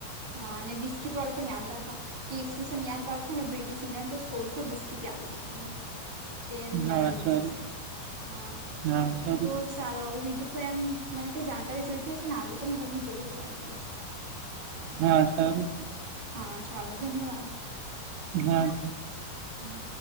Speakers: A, on the right; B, on the right.
A: હા અને બિસ્કીટ વાળું પણ યાદ રાખવા કે ઈસવીસને યાદ રાખોને બ્રિટિશ ઇન્ડિયાને તો સોળસો બિસ્કીટ યાદ રાખવાના તે એમ યાદ
B: હા,
A: રહી
B: સારું.
A: જશે હા
B: હા, સારું.
A: તો ચાલો હવે બીજું કોઈ એમ મને કઈ જાણકારી જોઈતી હશે ને આવી તો હું તમને જરૂર કોલ કરીશ
B: હા સરુ
A: હા ચાલો ધન્યવાદ
B: હા
A: હા